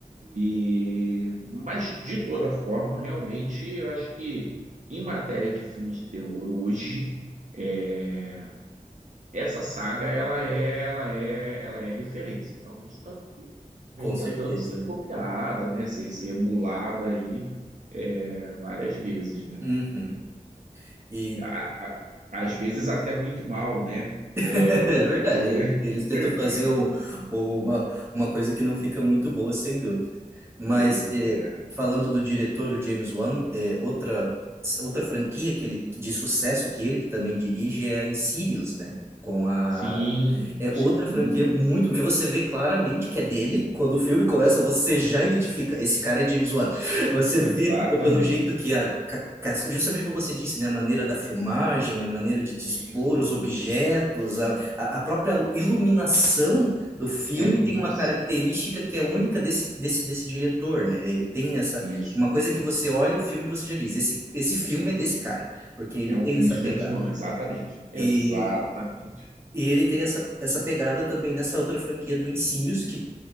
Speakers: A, on the right (about 55°); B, on the right (about 15°).
A: E, mas de toda forma, realmente, eu acho que em matéria de filme de terror hoje, é, essa saga ela é, ela é, ela é referência, realmente, tanto que vem
B: com
A: tentando
B: certeza,
A: ser
B: né?
A: copiada, né, ser, ser emulada aí é, várias vezes, né?
B: Uhum. E
A: A- a- às vezes até muito mal, né? É,
B: <laughs> É
A: porque,
B: verdade, né? Eles tentam
A: <laughs>
B: fazer um- uma, uma coisa que não fica muito boa, sem dúvida. Mas
A: pois
B: é,
A: é,
B: falando do diretor, do James Wan, é, outra, outra franquia que ele, de sucesso que ele que também dirige é a Insidious, né? Com a
A: sim,
B: é
A: sim,
B: outra franquia muito. Que você vê claramente que é dele. Quando o filme começa,
A: sim,
B: você já identifica. Esse cara é James Wan. Você vê
A: exatamente.
B: pelo jeito que a. ca- ca- Justamente como você disse, né? A maneira da filmagem, a maneira de dispor
A: Isso.
B: os objetos, a, a a própria iluminação do filme
A: A iluminação.
B: tem uma característica que é única desse, desse, desse diretor, né? Ele tem essa.
A: Isso.
B: Uma coisa que você olha o filme e você já diz: esse, esse filme é desse cara, porque ele
A: É
B: tem
A: um filme
B: essa
A: de James
B: pegada.
A: Wan, exatamente. Exatamente.
B: E e ele tem essa, essa pegada também nessa outra franquia do Insidious, que